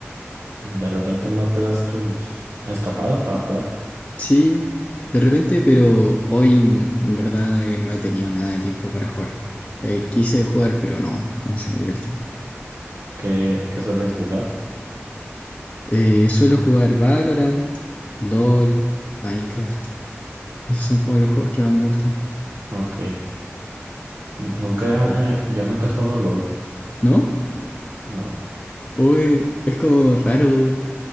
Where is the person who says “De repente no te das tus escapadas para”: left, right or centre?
Right